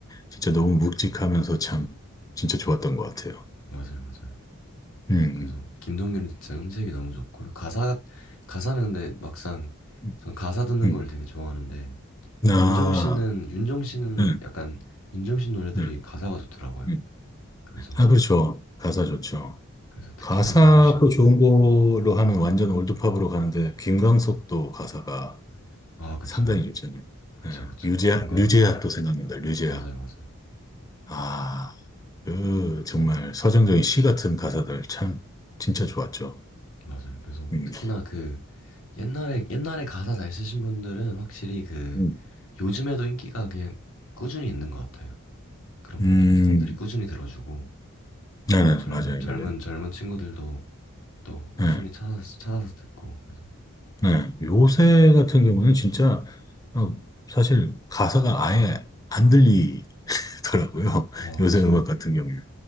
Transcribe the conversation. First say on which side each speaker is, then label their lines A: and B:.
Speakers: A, on the left (about 15°); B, on the left (about 65°).
A: 진짜 너무 묵직하면서 참 진짜 좋았던 것 같아요.
B: 맞아요 맞아요.
A: 음.
B: 그래서 김동률은 진짜 음색이 너무 좋고 그리고 가사가 가사는 근데 막상
A: 음.
B: 전 가사 듣는
A: 음.
B: 걸 되게 좋아하는데
A: 아,
B: 윤종 씨는 윤종 씨는
A: 네,
B: 약간 윤종 신 노래들이
A: 네,
B: 가사가 좋더라고요.
A: 음.
B: 그래서
A: 아, 그렇죠. 가사 좋죠.
B: 그래서 특히나
A: 가사도
B: 윤종 신아
A: 좋은 걸로 하면 완전 올드팝으로 가는데 김광석도 가사가
B: 그쵸
A: 상당히 좋잖아요.
B: 그쵸
A: 예.
B: 그쵸
A: 류제아,
B: 김광석도
A: 류제아 또 생각난다. 류제아.
B: 맞아요 맞아요
A: 아, 그 정말 서정적인 시 같은 가사들 참 진짜 좋았죠.
B: 맞아요. 그래서
A: 음,
B: 특히나 그 옛날에 옛날에 가사 잘 쓰신 분들은 확실히 그
A: 음,
B: 요즘에도 인기가 그냥 꾸준히 있는 것 같아요. 그런
A: 음,
B: 분들은 사람들이 꾸준히 들어주고 그리고
A: 네네,
B: 또 젊,
A: 맞아요,
B: 젊은
A: 맞아요.
B: 젊은 친구들도 또 꾸준히
A: 네,
B: 찾아서 찾아서 듣고 그래서
A: 네. 요새
B: 그런-
A: 같은 경우는 진짜 어, 사실 가사가 아예 안 들리더라고요.
B: 와
A: <laughs> 요새
B: 그쵸
A: 음악 같은 경우는.